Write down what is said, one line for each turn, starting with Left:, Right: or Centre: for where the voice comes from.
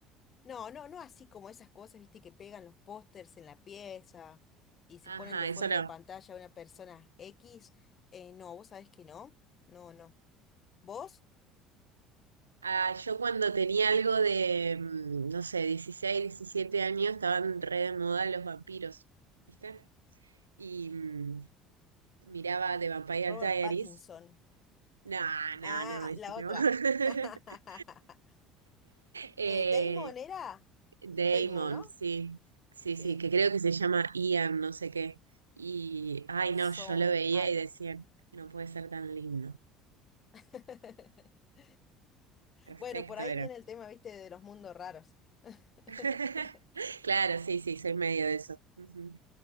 Left: No, no, no así como esas cosas, ¿viste? Que pegan los pósters en la pieza y se
Right: Ajá,
Left: ponen de
Right: eso
Left: fondo
Right: no.
Left: de pantalla a una persona X. Eh, no, vos sabés que no. No, no. ¿Vos?
Right: Ah, yo cuando tenía algo de, mm, no sé, 16 17 años, estaban re de moda los vampiros, ¿viste? Y mm, miraba The Vampire
Left: Robert
Right: Diaries.
Left: Pattinson.
Right: No, no,
Left: Ah,
Right: no, ese
Left: la
Right: no.
Left: otra.
Right: <laughs>
Left: <laughs>
Right: Eh,
Left: Eh, Damon era.
Right: Damon,
Left: Damon, ¿no?
Right: sí, sí,
Left: Sí.
Right: sí, que creo que se llama Ian, no sé qué. Y, ay, no, yo
Left: Son
Right: lo veía
Left: algo.
Right: y decía, no puede ser tan lindo.
Left: <laughs>
Right: Perfecto
Left: Bueno, por ahí
Right: era.
Left: viene el tema, viste, de los mundos raros. <laughs>
Right: <laughs> Claro, sí, sí, soy medio de eso. Ujú.